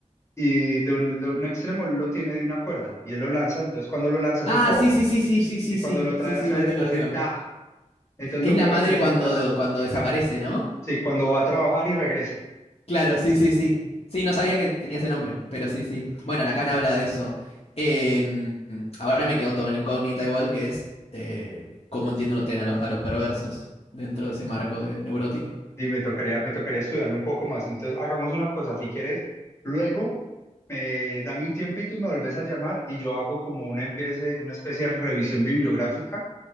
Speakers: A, on the left; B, on the left.
A: y de un, de un extremo él lo tiene de una cuerda y él lo lanza, entonces cuando lo lanza
B: Ah,
A: hace for
B: sí, sí, sí, sí, sí, sí,
A: y cuando
B: sí,
A: lo trae
B: sí, sí,
A: hacia
B: lo
A: él
B: tengo,
A: hace
B: lo tengo.
A: da, entonces
B: Que
A: lo
B: es la
A: que representa,
B: madre cuando, cuando desaparece,
A: ajá,
B: ¿no?
A: sí, cuando va a trabajar y regresa.
B: Claro, sí, sí, sí. Sí, no sabía que tenía ese nombre, pero sí, sí.
A: Ujú.
B: Bueno, la Khan habla de eso. Eh, ahora me quedó todo en incógnita igual, que es eh, cómo entienden ustedes a los, a los perversos dentro de ese marco de- neurótico.
A: Y me tocaría, me tocaría estudiarlo un poco más. Entonces, hagamos una cosa, si quieres, luego eh, dame un tiempito y me volvés a llamar y yo hago como una especie, una especie de revisión bibliográfica